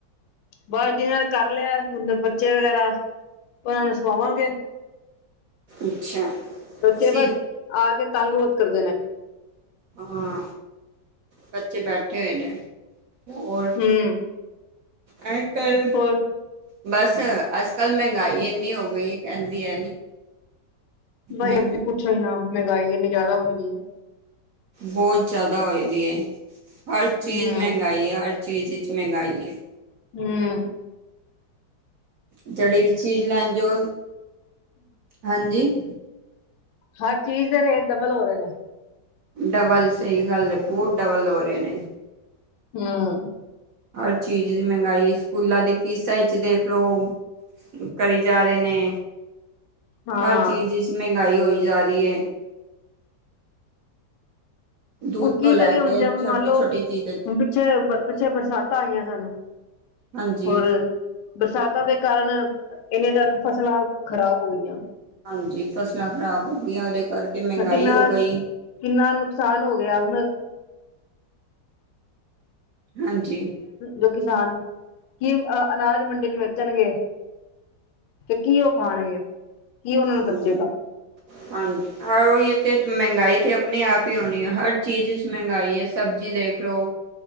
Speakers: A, on the left; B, on the right.
A: ਬਸ ਡਿਨਰ ਕਰ ਲਿਆ। ਹਣ ਬੱਚੇ ਵਗੈਰਾ ੳਨਾਂ ਨੂੰ ਸੁਵਾਵਾਂਗੇ।
B: ਅੱਛਾ।
A: ਬੱਚੇ
B: ਅਸੀਂ
A: ਬਸ, ਆ ਕੇ ਤੰਗ ਬਹੁਤ ਕਰਦੇ ਨੇ।
B: ਹਾਂ, ਬੱਚੇ ਬੈਠੇ ਹੋਏ ਨੇ। ਔਰ,
A: ਹੂੰ
B: ਅੱਜ -ਕੱਲ੍ਹ
A: ਹੋਰ
B: ਬਸ, ਅੱਜ-ਕੱਲ੍ਹ ਮਹਿੰਗਾਈ ਇੰਨੀ ਹੋ ਗਈ। ਕਹਿੰਦੀ ਹੈ ਨੀ,
A: ਬਾਈ
B: ਮੈਨ
A: ਅ ਪੁੱਛੋ ਈ ਨਾ, ਮਹਿੰਗਾਈ ਇੰਨੀ ਜ਼ਿਆਦਾ ਹੋਈ ਦੀ ਏ।
B: ਬਹੁਤ ਜ਼ਿਆਦਾ ਹੋਏ ਦੀ ਹੈ, ਹਰ ਚੀਜ਼
A: ਹੂੰ
B: ਮਹਿੰਗਾਈ, ਹਰ ਚੀਜ਼ ਚ' ਮਹਿੰਗਾਈ ਹੈ।
A: ਹਮ।
B: ਜਿਹੜੀ ਵੀ ਚੀਜ਼ ਲੈਣ ਜੋ, ਹਾਂਜੀ?
A: ਹਰ ਚੀਜ਼ ਦੇ ਰੇਟ, ਡਬਲ ਹੋ ਰਹੇ ਨੇ।
B: ਡਬਲ, ਸਹੀ ਗੱਲ ਹੈ, ਬਹੁਤ ਡਬਲ ਹੋ ਰਹੇ ਨੇ।
A: ਹਮ।
B: ਹਰ ਚੀਜ਼ ਮਹਿੰਗਾਈ, ਸਕੂਲਾਂ ਦੀ ਫੀਸਾਂ ਵਿੱਚ ਦੇਖ ਲਓ ਕਰੀ ਜਾ ਰਹੇ ਨੇ,
A: ਹਾਂ
B: ਹਰ ਚੀਜ਼ ਵਿੱਚ ਮਹਿੰਗਾਈ ਹੋਈ ਜਾ ਰਹੀ ਹੈ। ਦੁੱਧ
A: ਉਹ ਕੀ
B: ਤੋਂ ਲੈ
A: ਕਰੀ
B: ਕੇ
A: ਹੁਣ, ਜਵੇ
B: ਛੋਟੀ
A: ਮੰਨ ਲਓ,
B: ਛੋਟੀ ਚੀਜ਼
A: ਹੁਣ ਪਿੱਛੇ, ਪਿੱਛੇ ਬਰਸਾਤਾਂ ਆਈਆਂ ਸਨ।
B: ਹਾਂਜੀ
A: ਹੋਰ ਬਰਸਾਤਾਂ ਦੇ ਕਾਰਨ, ਇੰਨੀਆਂ ਜ਼ਿਆਦਾ ਫਸਲਾਂ ਖ਼ਰਾਬ ਹੋ ਗਈਆਂ।
B: ਹਾਂਜੀ, ਫਸਲਾਂ ਖ਼ਰਾਬ ਹੋ ਗਈਆਂ ਉਹਦੇ ਕਰਕੇ ਮਹਿੰਗਾਈ
A: ਕਿੰਨਾ,
B: ਹੋ ਗਈ
A: ਕਿੰਨਾ ਨੁਕਸਾਨ ਹੋ ਗਿਆ ਹੁਣ
B: ਹਾਂਜੀ।
A: ਜੋ ਕਿਸਾਨ, ਕੀ ਅ ਅਨਾਜ ਮੰਡੇ 'ਚ ਵੇਚਣਗੇ ਤੇ ਕੀ ਓ ਖਾਣਗੇ, ਕੀ ਓਨਾਂ ਨੂੰ
B: ਹਾਂਜੀ
A: ਬਚੇਗਾ?
B: <inaudible> ਹਾਂਜੀ, ਓਈਓ ਤੇ ਮੈਂਗਾਈ ਤੇ ਅਪਨੇ ਆਪ ਈ ਹੋਣੀ ਐ, ਹਰ ਚੀਜ਼ ਚ ਮੈਂਗਾਈ ਐ ਸਬਜੀ ਦੇਖ ਲੋ,